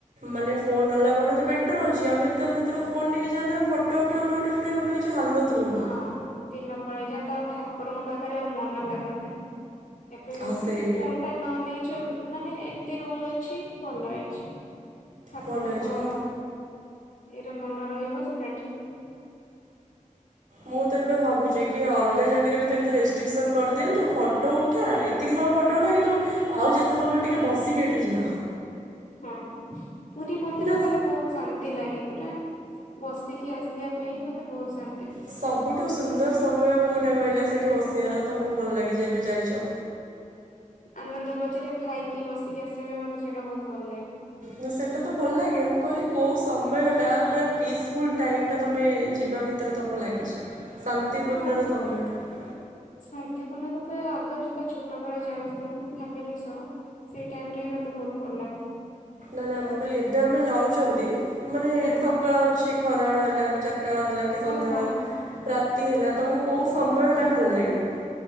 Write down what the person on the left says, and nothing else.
ହଁ ଦିନ ପଳେଇ ଯେନ୍ତା ଆଉ ଠା ର ମୋ ପାଖରେ ଆଉ ମନ ଲାଗନ୍ତନି। ଏବେ
ମାନେ
ଫୋନଟା ନ ନେଇଛ ମାନେ ଏମିତି ରୁଲ ଅଛି ଅଛି ଭଲ ଅଇଛି। ଠାକୁରଙ୍କ
<inaudible>
ଏଟ ମନ ରହିବ ସେଟାଠିକ। <inaudible>
ହୁଁ
ହଁ ପୁରୀ ମନ୍ଦିର
ଗଲେ ବହୁତ ଶାନ୍ତି ଲାଗେ। ପୁରା ବସିକି ଆସିବା ପାଇଁ ମତେ ବହୁତ ସା
ଆନନ୍ଦ ବଜାର ଖାଇକି ବସିକି ଆସିବା ପାଇଁ ମତେ ସେଇଟା ବହୁତ ଭଲ ଲାଗେ।
ହଁ
ଶାନ୍ତିପୂର୍ଣ୍ଣ। ତ ଆଗରୁ ଯେତ ଛୋଟବେଳେ ଯାଉଥିଲୁ ଫ୍ୟାମିଲି ସହ ସେଇ ଟାଇମ ରେ ହିଁ ମୋତେ ବହୁତ ଭଲ ଲାଗୁଥିଲା।
ହୁଁ
ଓହୋ।